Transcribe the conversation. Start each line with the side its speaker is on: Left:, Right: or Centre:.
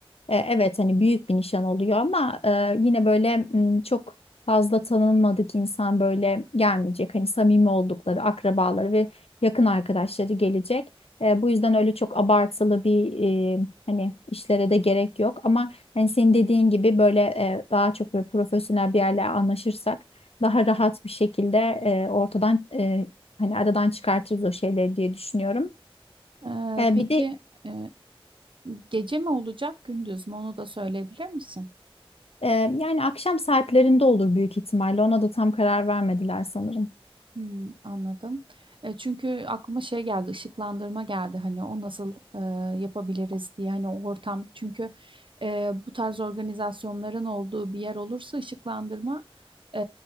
Left: e, Evet hani büyük bir nişan oluyor ama e, yine böyle m, çok fazla tanınmadık insan böyle gelmeyecek. Hani samimi oldukları akrabaları ve yakın arkadaşları gelecek. E, bu yüzden öyle çok abartılı bir e, hani işlere de gerek yok. Ama hani senin dediğin gibi böyle e, daha çok böyle profesyonel bir yerle anlaşırsak daha rahat bir şekilde e, ortadan e, hani aradan çıkartırız o şeyleri diye düşünüyorum.
Right: Ee,
Left: E,
Right: peki
Left: bir de
Right: e, gece mi olacak gündüz mü onu da söyleyebilir misin?
Left: Ee, yani akşam saatlerinde olur büyük ihtimalle. Ona da tam karar vermediler sanırım.
Right: Hmm, anladım. E, çünkü aklıma şey geldi ışıklandırma geldi hani o nasıl e, yapabiliriz diye hani o ortam çünkü e, bu tarz organizasyonların olduğu bir yer olursa ışıklandırma e,